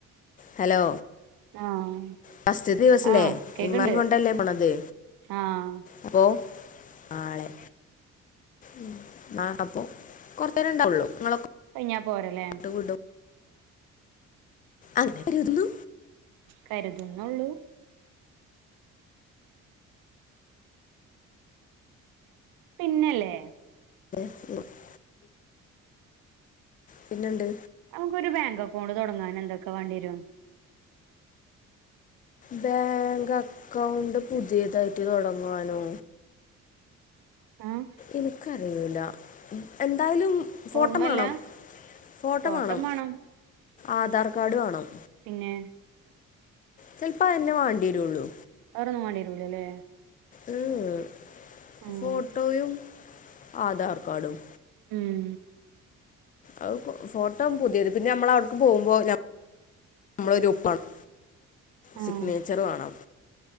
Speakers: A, on the left; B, on the right.
A: ഹലോ
B: ആഹ്
A: ഫസ്റ്റ് ദിവസല്ലേ
B: ആഹ് കേക്ക്ണ്ട്
A: ഇമ്മാനേം കൊണ്ടല്ലേ പോണത്.
B: ആഹ്
A: എപ്പോ നാളെ ഉം നാളെപ്പൊ കൊറച്ച് നേരം ഇണ്ടാവൊള്ളു ഇങ്ങളൊക്കെ
B: കയിഞ്ഞാ പോരാ ലെ
A: <unintelligible> വിടും അങ്ങനെ കരുതുന്നു.
B: കരുതുന്നൊള്ളു? പിന്നല്ലേ
A: <unintelligible> പിന്നെണ്ട്.
B: നമുക്കൊരു ബെങ്ക് അക്കൗണ്ട് തൊടങ്ങാന് എന്തൊക്കെ വാണ്ടിവെരും?
A: ബേങ്ക് അക്കൗണ്ട് പുതിയതായിട്ട് തൊടങ്ങാനോ?
B: ആഹ്
A: ഇന്ക്കറിയൂല എന്തായലും ഫോട്ടംമാണം
B: ഓർമ്മല്ല
A: ഫോട്ടംമാണം
B: ഫോട്ടം വേണം
A: ആധാർ കാർഡ് വാണം.
B: പിന്നേ
A: ചെൽപ്പോ അയന്നേ വാണ്ടി വെരൊള്ളു.
B: വേറൊന്നും വാണ്ടി വെരൂലല്ലേ?
A: ഉം ഉം
B: ഉം
A: ഫോട്ടോയും ആധാർ കാർഡും.
B: ഉം
A: അഹ് ഫോട്ടം പുതിയത് പിന്നെ ഞമ്മള് അവടെക്ക് പോവുമ്പോ ഞ നമ്മളെ ഒരു ഒപ്പ് വേണം,
B: ആഹ്
A: സിഗ്നേച്ചറ് വേണം,